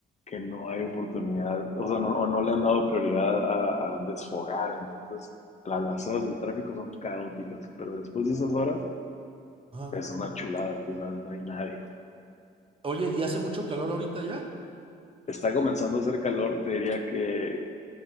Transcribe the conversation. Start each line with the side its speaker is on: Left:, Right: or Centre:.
Left: que no hay oportunidad, o sea, no, o no le han dado prioridad a, a desfogar. Entonces, la- las horas del tráfico son caóticas, pero después de esas horas
Right: Ajá.
Left: es una chulada, tú sabes, no hay nadie.
Right: Oye, ¿y hace mucho calor ahorita ya?
Left: Está comenzando a hacer calor, te diría que